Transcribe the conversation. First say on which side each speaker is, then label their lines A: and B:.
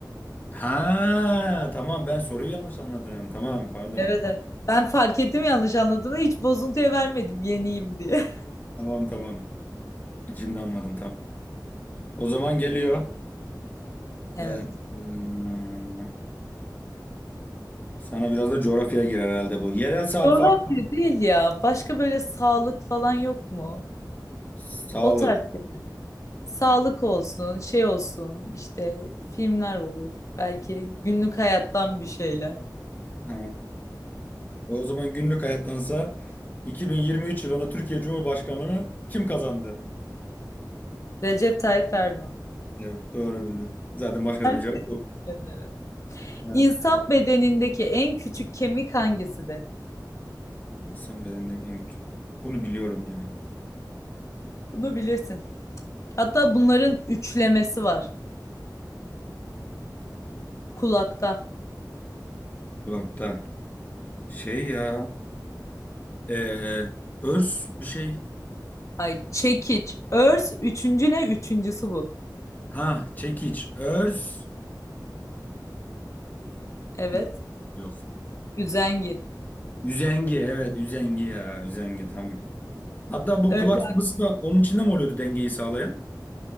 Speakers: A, on the left (about 25°); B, on the left (about 45°).
A: Ha tamam ben soruyu yanlış anladım. Tamam pardon.
B: Evet, evet. Ben fark ettim yanlış anladığını hiç bozuntuya vermedim yeniyim diye. <laughs>
A: Tamam tamam. Şimdi anladım tamam. O zaman geliyor.
B: Evet.
A: Ee, hmm, sana biraz da coğrafya girer herhalde bu. Yerel saat
B: Coğrafya
A: farkı.
B: değil ya. Başka böyle sağlık falan yok mu?
A: Sağlık.
B: O tarz şey. Sağlık olsun, şey olsun, işte filmler olur. Belki günlük hayattan bir şeyler.
A: Ha. O zaman günlük hayattansa 2023 yılında Türkiye Cumhurbaşkanlığını kim kazandı?
B: Recep Tayyip Erdoğan.
A: Evet doğru bildin. Zaten başka
B: Teşekkür
A: da bir cevap yok.
B: ederim.
A: Yani
B: İnsan bedenindeki en küçük kemik hangisidir?
A: İnsan bedenindeki en güç. Bunu biliyorum ya.
B: Bunu bilirsin. Hatta bunların üçlemesi var. Kulakta.
A: Kulakta. Şey ya. eee, örs bir şey.
B: Ay çekiç, örs, üçüncü ne? Üçüncüsü bu.
A: Ha çekiç. Örs.
B: Evet.
A: Yok. Yok.
B: Üzengi.
A: Üzengi. Evet üzengi ya. Üzengi tamam. Hatta bu
B: Evet.
A: kulak sıvısı da onun içinde mi oluyordu dengeyi sağlayan?